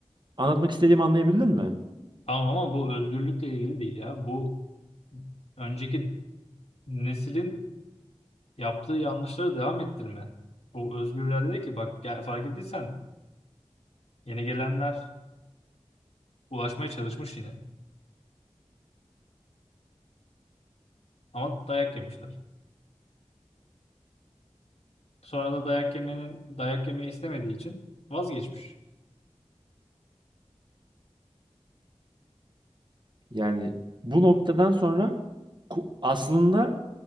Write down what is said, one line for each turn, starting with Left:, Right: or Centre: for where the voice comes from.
Right: Anlatmak istediğimi anlayabildin mi?
Left: Tamam ama bu özgürlükle ilgili değil ya. Bu önceki neslin yaptığı yanlışları devam ettirme. Bu özgür irade değil ki. Bak gel- fark ettiysen yeni gelenler ulaşmaya çalışmış yine. Ama dayak yemişler. Sonra da dayak yemenin dayak yemeyi istemediği için vazgeçmiş.
Right: Yani bu noktadan sonra aslında